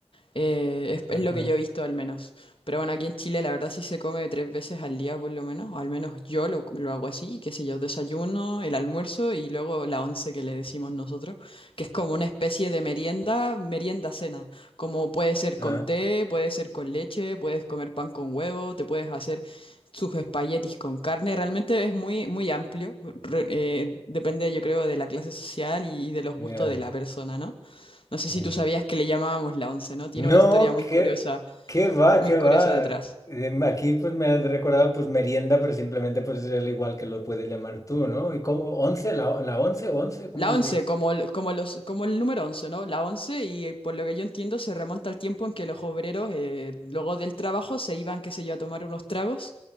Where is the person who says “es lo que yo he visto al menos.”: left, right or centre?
Left